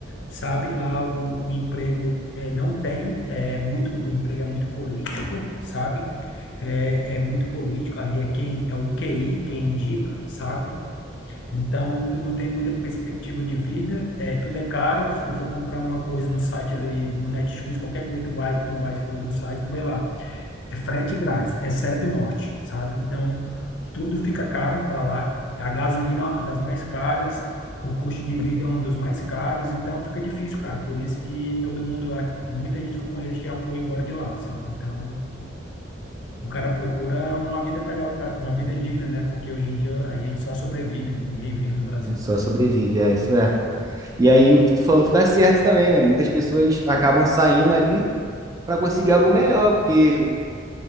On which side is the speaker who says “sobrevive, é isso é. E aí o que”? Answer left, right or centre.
Right